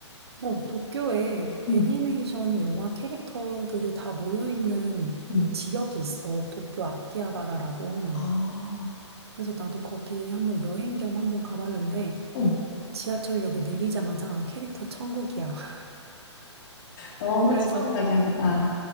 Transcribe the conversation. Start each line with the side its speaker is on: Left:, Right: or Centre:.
Right: 어, 도쿄에
Left: 응,
Right: 애니메이션 영화 캐릭터들이 다 모여있는
Left: 응.
Right: 지역이 있어. 도쿄 아키하바라라고.
Left: 아,
Right: 그래서 나도 거기 한번 여행 겸 한번 가봤는데
Left: 응.
Right: 지하철역에 내리자마자 캐릭터 천국이야. <laughs>
Left: 너무
Right: 그래서
Left: 취향 저격이다.